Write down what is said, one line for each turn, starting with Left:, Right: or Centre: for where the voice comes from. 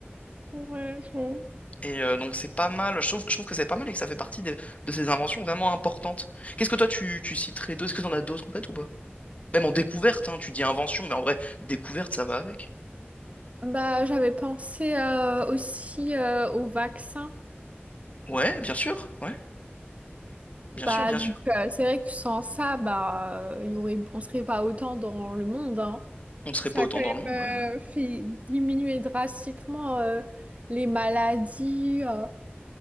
Right: ouais, je
Left: Et euh, donc c'est pas mal. Je trouve, je trouve que c'est pas mal et que ça fait partie des- de ces inventions vraiment importantes. Qu'est-ce que toi tu, tu citerais d'autres? Est-ce que t'en as d'autres en tête ou pas? Même en découverte, hein, tu dis invention, mais en vrai, découverte, ça va avec.
Right: Bah, j'avais pensé euh, aussi euh, au vaccin.
Left: Ouais, bien sûr, ouais, bien
Right: Bah,
Left: sûr, bien
Right: donc,
Left: sûr.
Right: euh, c'est vrai que sans ça, bah, euh, y aurait, on serait pas autant dans le monde, hein.
Left: On serait
Right: Ça
Left: pas
Right: a
Left: autant
Right: quand
Left: dans le
Right: même
Left: monde, ouais, ouais.
Right: euh, fait diminuer drastiquement euh, les maladies. euh,